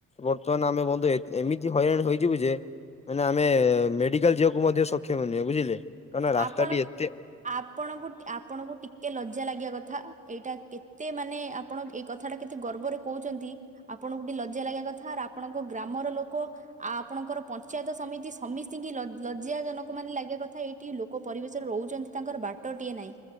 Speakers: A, on the left (about 20°); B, on the right (about 25°).
A: ବର୍ତ୍ତମାନ ଆମେ ବନ୍ଧୁ ଏମିତି ହଇରାଣ ହୋଇଯିବୁ ଯେ ମାନେ ଆମେ ମେଡିକାଲ୍ ଯିବାକୁ ମଧ୍ୟ ସକ୍ଷମ ନୁହେଁ ବୁଝିଲେ। କାରଣ ରାସ୍ତାଟି
B: ଆପଣ
A: ଏତେ
B: ଆପଣଙ୍କୁ ଆପଣଙ୍କୁ ଟିକେ ଲଜ୍ୟା ଲାଗିବା କଥା ଏଇଟା କେ କେତେ ମାନେ ଆପଣ ଏଇ କଥା ଟା କେତେ ଗର୍ବରେ କହୁଛନ୍ତି ଆପଣଙ୍କୁ ଟିକେ ଲଜ୍ୟା ଲାଗିବା କଥା ଆପଣଙ୍କ ଗ୍ରାମର ଲୋକ ଆଉ ଆପଣଙ୍କର ପଞ୍ଚାୟତ ସମିତି ସମିସ୍ତିଙ୍କି କି ଲଜ୍ଜା ଜନକ ମାନେ ଲାଗିବା କଥା ଏଇଠ ଟି ଲୋକ ପରିବେଶରେ ରହୁଛନ୍ତି ତାଙ୍କର ବାଟଟିଏ ନାହିଁ।